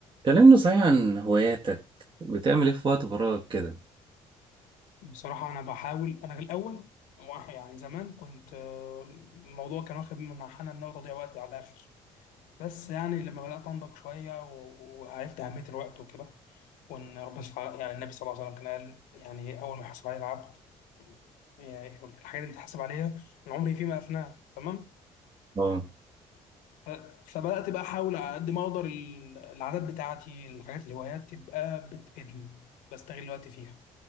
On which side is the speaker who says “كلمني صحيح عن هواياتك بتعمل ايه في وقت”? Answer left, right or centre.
Right